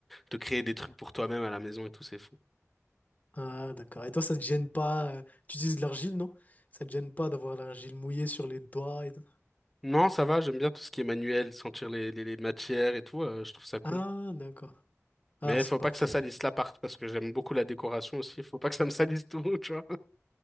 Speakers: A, in the centre; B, on the left (about 30°).
A: te créer des trucs pour toi-même à la maison et tout, c'est fou.
B: Ah, d'accord. Et toi, ça te gêne pas? euh, Tu utilises de l'argile, non? Ça te gêne pas d'avoir l'argile mouillée sur les doigts et tout
A: Non, ça va, j'aime bien tout ce qui est manuel, sentir les, les, les matières et tout, euh, je trouve ça cool.
B: Ah, d'accord. Ah,
A: Mais
B: c'est
A: faut
B: parfait.
A: pas que ça salisse l'appart, parce que j'aime beaucoup la décoration aussi. Faut pas que ça me salisse tout, <laughs> tu vois.